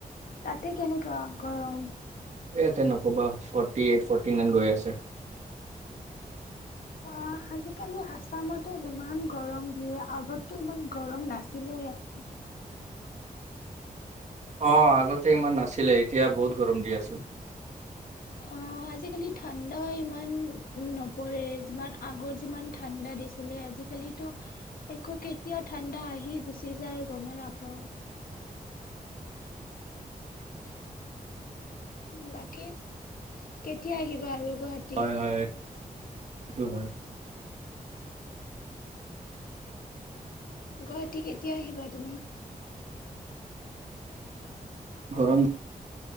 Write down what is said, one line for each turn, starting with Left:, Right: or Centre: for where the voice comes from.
Left: তাতে কেনেকুৱা গৰম
Right: এ ইয়াতে নকবা ফৰ্টি এইট ফৰ্টি নাইন গৈ আছে
Left: অ আজিকালি আছামতো ইমান গৰম দিয়ে আগতো ইমান গৰম নাছিলে ইয়াতে
Right: অ আগতে ইমান নাছিলে এতিয়া বহুত গৰম দি আছে
Left: আহ আজিকালি ঠাণ্ডা ইমান নপৰে যিমান আগত যিমান ঠাণ্ডা দিছিলে আজিকালিতো একো কেতিয়া ঠাণ্ডা আহি গুচি যায় গমে নাপাওঁ বাকী কেতিয়া আহিবা আৰু গুৱাহাটী
Right: হয় হয় সেইটো হয়
Left: গুৱাহাটী কেতিয়া আহিবা তুমি
Right: গৰম